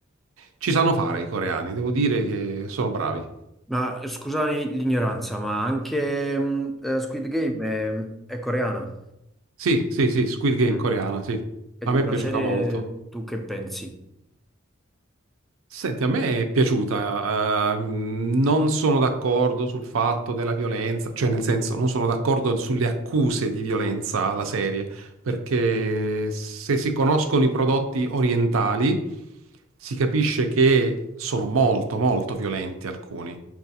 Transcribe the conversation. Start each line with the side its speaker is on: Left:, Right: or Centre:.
Right: ci sanno fare i coreani, devo dire che sono bravi.
Centre: Ma eh, scusami l'ignoranza, ma anche mh, eh, Squid Game è, è coreana.
Right: Sì, sì, sì, Squid Game
Centre: Mm.
Right: coreana, sì.
Centre: E di
Right: A me
Centre: quella
Right: è piaciuta
Centre: serie
Right: molto.
Centre: tu che pensi?
Right: Senti, a me è piaciuta, eh, mh, non sono d'accordo sul fatto della violenza, cioè nel senso non sono d'accordo sulle accuse di violenza alla serie, perché se si conoscono i prodotti orientali si capisce che sono molto molto violenti alcuni.